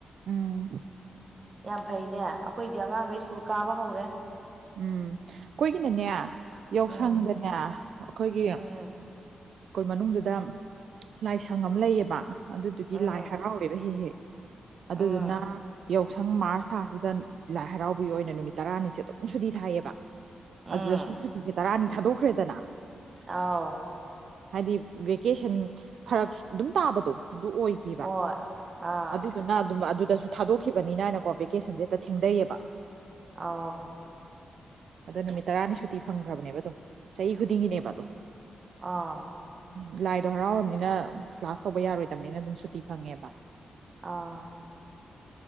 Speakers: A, on the right; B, on the right.
A: ꯎꯝ
B: ꯌꯥꯝ ꯐꯩꯅꯦ ꯑꯈꯣꯏꯗꯤ ꯑꯉꯥꯡꯒ ꯁ꯭ꯀꯨꯜ ꯀꯥꯕ ꯍꯧꯔꯦ
A: ꯎꯝ ꯑꯩꯈꯣꯏꯒꯤꯅꯅꯦ ꯌꯥꯎꯁꯪꯗꯅꯦ
B: ꯎꯝ
A: ꯑꯩꯈꯣꯏꯒꯤ
B: ꯎꯝ
A: <inaudible> ꯁ꯭ꯀꯨꯜ ꯃꯅꯨꯡꯗꯨꯗ ꯂꯥꯏꯁꯪ ꯑꯃ ꯂꯩꯌꯦꯕ ꯑꯗꯨꯗꯨꯒꯤ
B: ꯎꯝ
A: ꯂꯥꯏ ꯍꯔꯥꯎꯋꯦꯕ ꯍꯦꯛ ꯍꯦꯛ ꯑꯗꯨꯗꯨꯅ
B: ꯎꯝ
A: ꯌꯥꯎꯁꯪ ꯃꯥꯔꯁ ꯊꯥꯁꯤꯗ ꯂꯥꯏ ꯍꯔꯥꯎꯕꯒꯤ ꯑꯣꯏꯅ ꯅꯨꯃꯤꯠ ꯇꯔꯥꯅꯤꯁꯦ ꯑꯗꯨꯝ ꯁꯨꯗꯤ ꯊꯥꯏꯌꯦꯕ ꯑꯗꯨꯗ
B: ꯎꯝ
A: ꯁꯨꯝ ꯁꯨꯇꯤꯁꯦ ꯇꯔꯥꯅꯤ ꯊꯥꯗꯣꯛꯈ꯭ꯔꯦꯗꯅ
B: ꯑꯥꯎ
A: ꯍꯥꯏꯗꯤ ꯚꯦꯀꯦꯁꯟ ꯐꯔꯛ ꯑꯗꯨꯝ ꯇꯥꯕꯗꯣ ꯑꯗꯨ ꯑꯣꯏꯈꯤꯕ
B: ꯍꯣꯏ ꯑꯥ
A: ꯑꯗꯨꯗꯨꯅ ꯑꯗꯨꯝ ꯑꯗꯨꯗꯁꯨ ꯊꯥꯗꯣꯛꯈꯤꯕꯅꯤꯅꯅꯀꯣ ꯚꯦꯀꯦꯁꯟꯁꯦ ꯊꯦꯡꯗꯩꯌꯦꯕ
B: ꯑꯥꯎ
A: ꯑꯗꯣ ꯅꯨꯃꯤꯠ ꯇꯔꯥꯅꯤ ꯁꯨ ꯇꯤ ꯐꯪꯈ꯭ꯔꯕꯅꯦꯕ ꯑꯗꯨꯝ ꯆꯍꯤ ꯈꯨꯗꯤꯡꯒꯤꯅꯦꯕ ꯑꯗꯣ
B: ꯑꯥ
A: ꯎ ꯂꯥꯏꯗꯣ ꯍꯔꯥꯎꯔꯕꯅꯤꯅ ꯀ꯭ꯂꯥꯁ ꯇꯧꯕ ꯌꯥꯔꯣꯏꯗꯕꯅꯤꯅ ꯑꯗꯨꯝ ꯁꯨꯇꯤ ꯐꯪꯉꯦꯕ
B: ꯑꯥ